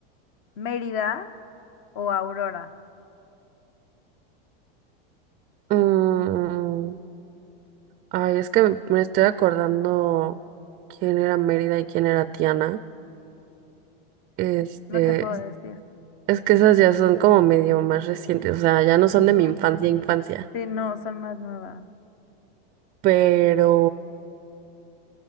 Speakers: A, on the left (about 45°); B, on the right (about 30°).
A: Mérida o Aurora?
B: mm, ay, es que me estoy acordando quién era Mérida y quién era Tiana. Este,
A: No te puedo decir.
B: Es que esas ya son como medio más recientes, o sea, ya no son
A: Ujú.
B: de mi infancia, infancia.
A: Sí, no, son más nuevas.
B: Pero